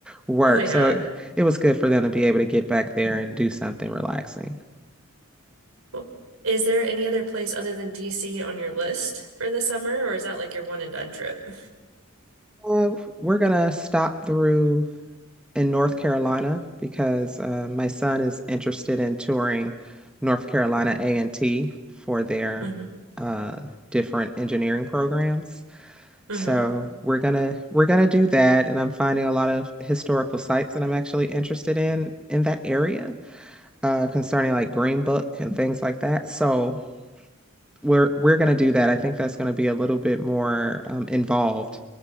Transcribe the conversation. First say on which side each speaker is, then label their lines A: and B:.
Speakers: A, in the centre; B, on the right.
A: work.
B: Oh yeah.
A: So it, it was good for them to be able to get back there and do something relaxing.
B: Well, is there any other place other than DC on your list for the summer, or is that like your one and done trip?
A: Uh, we're going to stop through in North Carolina because uh, my son is interested in touring North Carolina A&T for their
B: hmm
A: uh, different engineering programs.
B: hmm
A: So we're gonna we're gonna do that, and I'm finding a lot of historical sites that I'm actually interested in in that area uh, concerning like Green Book and things like that. So we're we're going to do that. I think that's going to be a little bit more um, involved